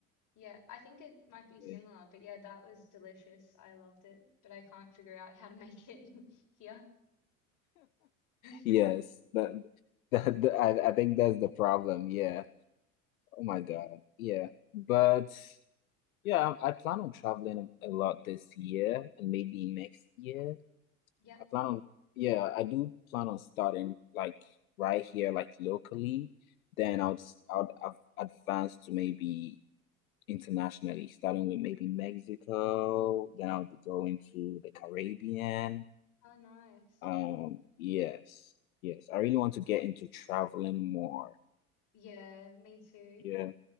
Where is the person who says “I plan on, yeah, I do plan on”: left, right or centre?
Left